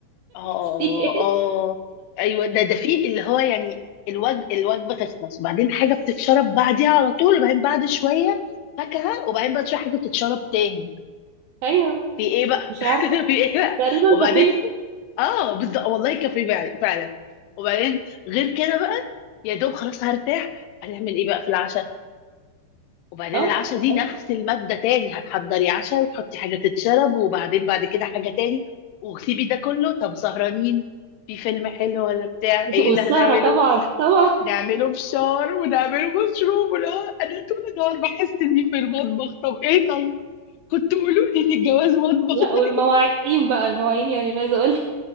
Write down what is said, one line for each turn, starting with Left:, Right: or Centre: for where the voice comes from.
Left: اه
Right: <laughs>
Left: اه آه، ايوه ده ده في اللي هو يعني الوج الوجبه تخلص وبعدين حاجه بتتشرب بعديها على طول وبعدين بعد شويه فاكهه وبعدين بعد شويه حاجه بتتشرب تاني
Right: ايوه
Left: في ايه بقى
Right: مش عارفة
Left: <laughs> في ايه بقى
Right: تقريبا
Left: وبعدين
Right: كافيه
Left: اه بالظبط والله كافيه فعلا فعلا وبعدين غير كده بقى يا دوب خلاص هرتاح هنعمل ايه بقى في العشاء وبعدين
Right: اه
Left: العشاء دي
Right: أيوة.
Left: نفس المادة تاني هتحضري عشاء وتحطي حاجة تتشرب وبعدين بعد كده حاجة تاني وسيبي ده كله طب سهرانين في فيلم حلو ولا بتاع
Right: <laughs>
Left: ايه
Right: والسهرة
Left: اللي هنعمله
Right: طبعا طبعا
Left: نعمله فشار ونعمله مشروب ولا انا طول النهار بحس اني في المطبخ طب ايه طيب كنت قولوا لي ان الجواز مطبخ
Right: لا والمواعين
Left: <laughs>
Right: بقى المواعين يعني مش عايزة اقول